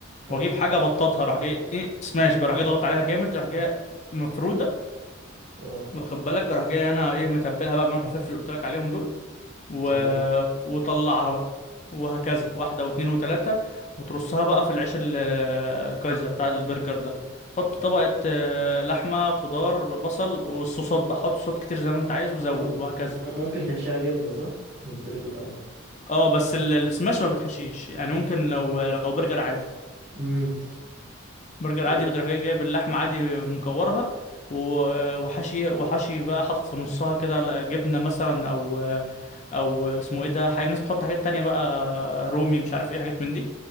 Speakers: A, on the right; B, on the left.
A: حلو
B: واجيب حاجه بطاطها اروح جاي ايه سماش بقى اروح جاي ضغط عليها جامد اروح جاي مفروده
A: اه
B: واخد بالك اروح جاي انا ايه متبلها بقى بملح وفلفل اللي قلت لك عليهم دول و...
A: تمام
B: وطلعها بقى وهكذا واحده واثنين وثلاثه وترصها بقى في العيش ال- الكايزر بتاع البرجر ده حط
A: تبقى
B: طبقه آه، لحمه خضار بصل والصوصات بقى حط صوصات كتير زي ما انت عايز وزود
A: مم-
B: وهكذا
A: مم- ممكن تحشيها جبنة صح؟ موتزاريلا أو
B: اه بس ال- السماش ما بتحشيش يعني ممكن لو لو برجر عادي
A: مم.
B: برجر
A: أج-
B: عادي بتروح جاي جايب اللحمة عادي مكورها و- وحشي وحشي بقى حاطط في نصها كده جبنة مثلا أو أو اسمه إيه ده حاجة- الناس بتحط حاجات تانية بقى رومي مش عارف إيه حاجات من دي